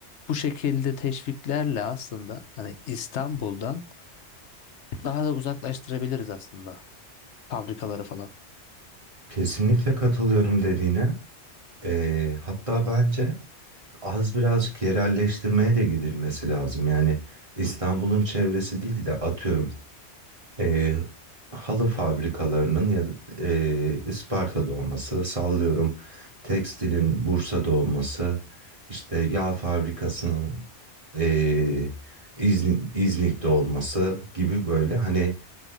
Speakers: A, on the left; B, on the right.
A: Bu şekilde teşviklerle aslında hani İstanbul'dan daha da uzaklaştırabiliriz aslında fabrikaları falan.
B: Kesinlikle katılıyorum dediğine. Ee, hatta bence az birazcık yerelleştirmeye de gidilmesi lazım. Yani İstanbul'un çevresi değil de atıyorum e, halı fabrikalarının ya da, e, Isparta'da olması, sallıyorum tekstilin Bursa'da olması, işte yağ fabrikasının e, İzn- İznik'te olması gibi böyle hani